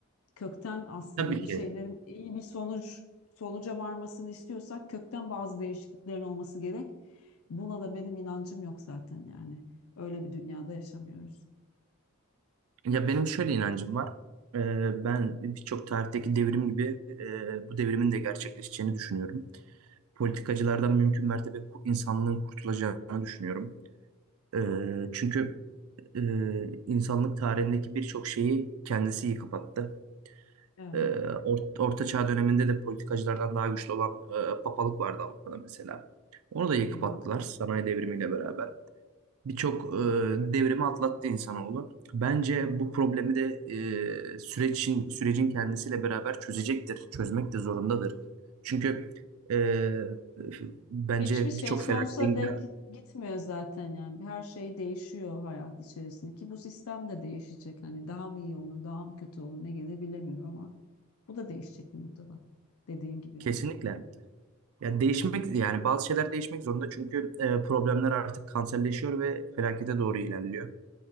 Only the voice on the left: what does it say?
kökten aslında
bir
şeylerin iyi bir sonuç sonuca varmasını istiyorsak kökten bazı değişikliklerin olması gerek. Buna da benim inancım yok zaten yani. Öyle bir dünyada yaşamıyoruz.
Evet,
evet.
Hiçbir şey
sonsuza
dek gitmiyor zaten yani. Her şey değişiyor hayat içerisinde ki bu sistem de değişecek. Hani daha mı iyi olur, daha mı kötü olur ne gelir bilemiyorum ama bu da değişecek bir noktada. Dediğin gibi yani.